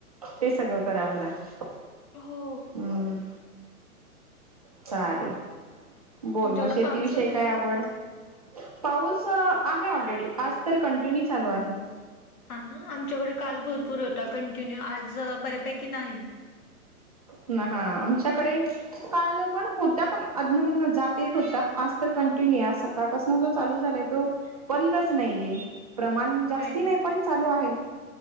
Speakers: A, on the right; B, on the left.
A: ते सगळं कराव लागतं.
B: हो.
A: हम्म. चालेल, बोल
B: तुमच्याकडे
A: मग शेतीविषयी
B: पाऊस वगैरे?
A: काय आवड? पाऊस आहे ऑलरेडी आज तर कंटिन्यू चालू आहे.
B: हां ना? आमच्याकडे काल भरपूर होता कंटिन्यू, आज बऱ्यापैकी नाही.
A: ह हा आमच्याकडे कालपण होता पण आधणमधन जात येत होता आज तर
B: हा.
A: कंटिन्यू आहे, आज स सकाळपासून जो चालू झालाय तो बंदच नाहीय प्रमाण जास्ती
B: होय
A: नाही, पण चालू आहे.